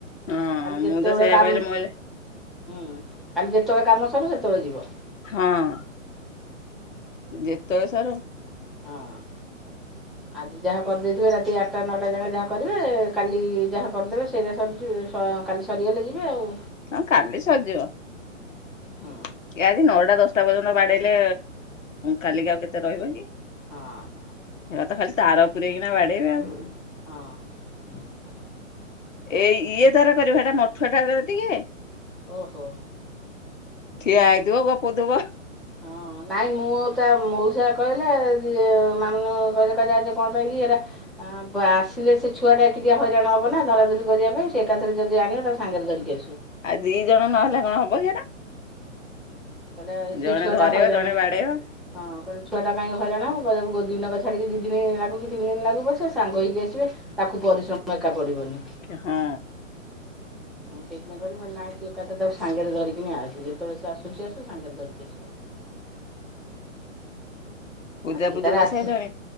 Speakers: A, on the left; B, in the centre.
A: ହଁ
B: କାଲି
A: ମୁଁ
B: ଯେତେବେଳେ
A: ତ ସେଇଆ
B: କାମ
A: କହିଲି ମୁଁ କହିଲି
B: ହୁଁ କାଲି ଯେତେବେଳେ କାମ ସରିବ ସେତେବେଳେ ଯିବ।
A: ହଁ ଯେତେବେଳେ ସାରୁ <inaudible>
B: ହଁ ଆଜି ଯାହା କରିଦେଇଥିବେ ରାତି ଆଠଟା ନଅଟା ଯାକେ ଯାହା କରିବେ କାଲି ଯାହା କରିଦେବେ ସେଇରା ସରିଯି ସ କାଲି ସରିଗଲେ ଯିବେ ଆଉ।
A: ହଁ କାଲି ସରିଜିବ।
B: ହଁ
A: କି ଆଜି ନଅଟା ଦଶଟା ପର୍ଯ୍ୟନ୍ତ ବାଡେଇଲେ କାଲିିକି ଆଉ କେତେ ରହିବ କି?
B: ହଁ ହଁ।
A: ହେରାତ ଖାଲି ତାର ପୁରରେଇକିନା ବାଡେଇବେ ଆଉ।
B: ହଁ।
A: ଏଇ ଇଏ ତାର କରିବ ହେଟା ମଠୁଆଟାତ ଟିକେ।
B: ଓହୋ
A: ଠିଆ ହେଇଥିବ ଗପୁ ଥିବ।
B: ହଁ ନାଇଁ ମୁଁ ତା ମଉସା କହିଲେ ଝିଅ ମାମୁନି ମା କହିଲେ କହିଲେ ଆଜି କଣ ପାଇଁକି ଏଇଟା ଆ ବା ଆସିଲେ ସେ ଛୁଆଟା ଟିକେ ହଇରାଣ ହେବ ନା ଧରାଧରି କରିବା ପାଇଁ ସେ ଏକାଥରେ ଯଦି ଆଣିବ ତାକୁ ସାଙ୍ଗରେ ଧରିକି ଆସୁ।
A: ଆ ଦିଜଣ ନହେଲେ କଣ ହବକି ହେରା।
B: ମାନେ
A: ଜଣେ
B: ସେ ଛୁଆଟା
A: ଧରିବ
B: ହଇରାଣ
A: ଜଣେ ବାଡେଇବ।
B: ହଁ କହିଲେ ଛୁଆଟା କାହିଁକି ହଇରାଣ ହବ ବରଂ ଦିନକ ଛାଡ଼ିକି ଦିଦିନି ଲାଗୁ କି ତିନି ଦିନ ଲାଗୁ ପଛେ ସେ ସାଙ୍ଗ ହୋଇକି ଆସିବେ। ତାକୁ ପରିଶ୍ରମ ଏକା ପଡିବନି।
A: କି ହଁ।
B: ମୁଁ ସେଥିପାଇଁ କହିଲି ନାଇଁ ତୁ ଏକାଥରେ ତାକୁ ସାଙ୍ଗରେ ଧରିକି ଆସେ। ଯେତେବେଳେ ସେ ଆସୁଚି ଆସୁ ସାଙ୍ଗରେ ଧରିକି ଆସିବ।
A: ପୂଜା
B: ଆଜି
A: ପୂଜି
B: ତାର
A: କରିସାଇଲଣି?
B: ଆସୁ